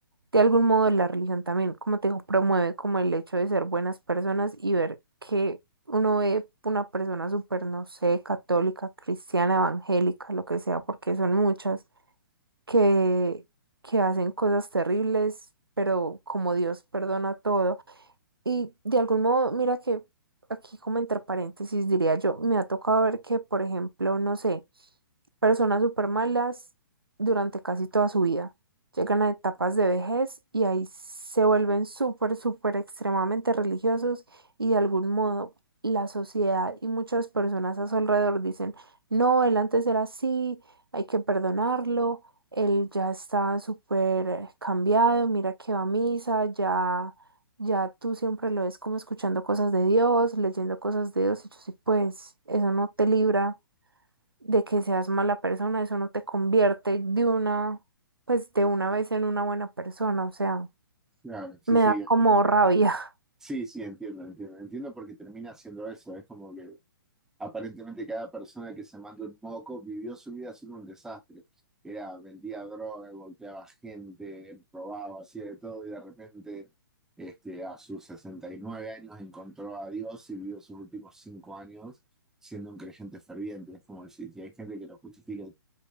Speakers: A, on the right; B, in the centre.
A: de algún modo la religión también, como te digo, promueve como el hecho de ser buenas personas y ver que uno ve una persona súper, no sé, católica, cristiana, evangélica, lo que sea, porque son muchas, que, que hacen cosas terribles, pero como Dios perdona todo y de algún modo, mira que aquí como entre paréntesis diría yo, me ha tocado ver que, por ejemplo, no sé, personas súper malas durante casi toda su vida llegan a etapas de vejez y ahí se vuelven súper, súper extremadamente religiosos y de algún modo la sociedad y muchas personas a su alrededor dicen, no, él antes era así, hay que perdonarlo, él ya está súper cambiado, mira que va a misa, ya ya tú siempre lo ves como escuchando cosas de Dios, leyendo cosas de Dios, y yo sí, pues eso no te libra de que seas mala persona, eso no te convierte de una, pues de una vez en una buena persona, o sea,
B: Claro, sí,
A: me
B: sí,
A: da como rabia. <laughs>
B: sí, sí, entiendo, entiendo, entiendo porque termina haciendo eso, es como que aparentemente cada persona que se mandó un moco vivió su vida siendo un desastre, era, vendía droga, golpeaba gente, probaba, hacía de todo y de repente este, a sus 69 años encontró a Dios y vivió sus últimos cinco años siendo un creyente ferviente, es como decir, que hay gente que lo justifica,